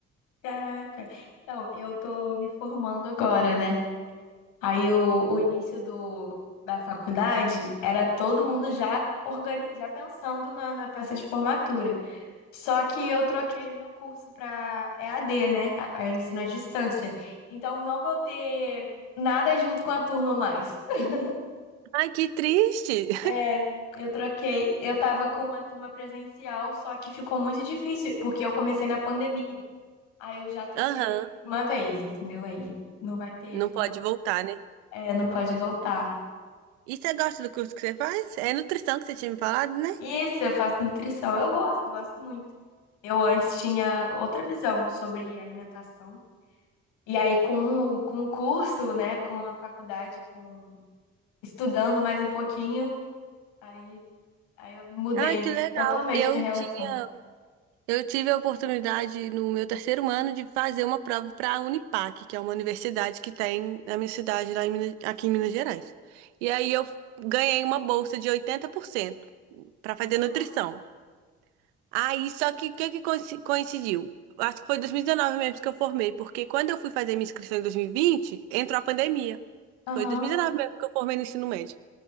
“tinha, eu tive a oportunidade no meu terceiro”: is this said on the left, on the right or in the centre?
Right